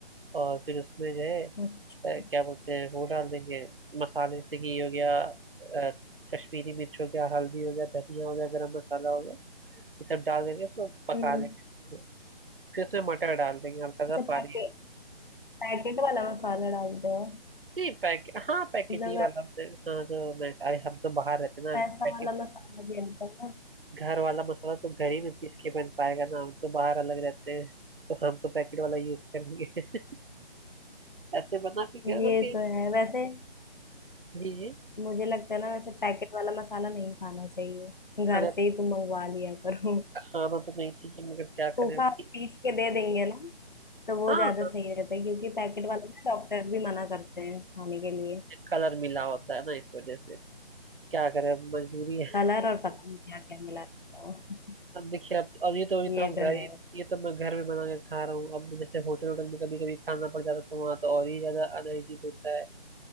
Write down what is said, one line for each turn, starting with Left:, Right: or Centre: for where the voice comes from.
Right: और फिर उसमें जो है
Left: अच्छा
Right: अ, क्या बोलते हैं वो डाल देंगे मसाले जैसे कि ये हो गया अ, कश्मीरी मिर्च हो गया हल्दी हो गया धनिया हो गया गरम मसाला हो गया ये सब डाल देंगे उसको पका
Left: हम्म
Right: लेंगे फिर फिर उसमें मटर डाल देंगे हल्का
Left: अच्छा
Right: सा पानी
Left: पैकेट पैकेट वाला मसाला डालते हो
Right: नहीं पैकेट हाँ पैकेट
Left: मतलब
Right: ही वाला तो- हाँ जो मैं अरे हम तो बाहर रहते हैं ना
Left: पैसा
Right: पैकेट
Left: वाला मसाला भी आता है ना
Right: घर वाला मसाला तो घर ही में पीस के बन पाएगा ना हम तो बाहर अलग रहते हैं तो हम तो पैकेट वाला यूज करेंगे <laughs> ऐसे बना के कह दो
Left: ये
Right: कि
Left: तो है वैसे
Right: जी जी
Left: मुझे लगता है ना वैसे पैकेट वाला मसाला नहीं खाना चाहिए घर
Right: अरे अब
Left: से ही तुम मंगवा लिया करो
Right: खाना तो नहीं चाहिए मगर क्या
Left: सूखा
Right: करें अब कि
Left: पीस के दे देंगे ना तो वो
Right: हाँ
Left: ज्यादा सही रहता है क्योंकि पैकेट वाला ना डॉक्टर भी मना करते हैं खाने के लिए
Right: कलर मिला होता है ना इस वजह से क्या करें अब मजबूरी है
Left: कलर और पता नहीं क्या क्या मिला रहता
Right: अब देखिए अब अब ये तो ये
Left: है
Right: तो
Left: ये
Right: हम
Left: तो
Right: घर ही
Left: है
Right: ये तो मैं घर में बना के खा रहा हूँ अब जैसे होटल होटल में कभी कभी खाना पड़ जाता तो वहाँ तो और ही ज्यादा अनहाइजीन होता है